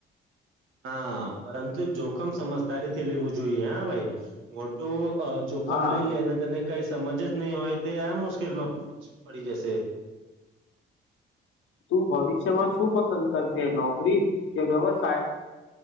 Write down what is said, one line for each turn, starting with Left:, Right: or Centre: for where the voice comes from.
Right: હા પરંતુ જોખમ સમજદારી થી લેવું જો જોઈએ હા ભાઈ. મોટું જોખમ
Left: હા
Right: લઈ લે અને તને કઈ સમજ જ નહીં હોય તો આ મુશ્કેલમાં પડી જશે.
Left: તું ભવિષ્યમાં શું પસંદ કરશે નોકરી કે વ્યવસાય?